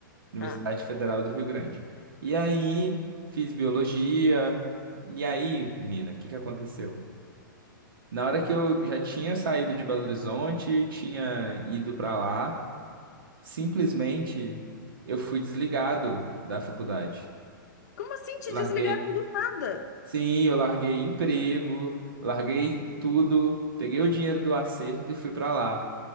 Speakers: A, on the right; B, on the left.
A: Universidade
B: ah.
A: Federal do Rio Grande. E aí, fiz biologia. E aí, menina, o que que aconteceu? Na hora que eu já tinha saído de Belo Horizonte, tinha ido pra lá, simplesmente eu fui desligado da faculdade.
B: Como assim te
A: Larguei.
B: desligaram do nada?
A: Sim, eu larguei emprego, larguei tudo, peguei o dinheiro do acerto e fui pra lá.